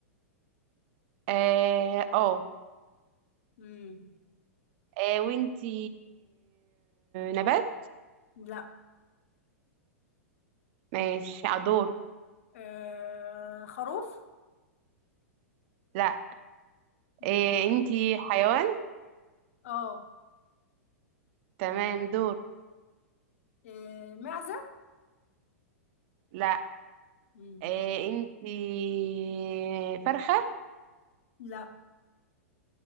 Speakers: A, on the right; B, on the left.
A: اه اه
B: امم
A: آه، وانتي نبات
B: لا
A: ماشي عدور
B: آه خروف
A: لا
B: امم
A: إيه انتي حيوان
B: اه
A: تمام دور
B: آه، معزة
A: لا
B: امم
A: إيه انتي فرخة
B: لا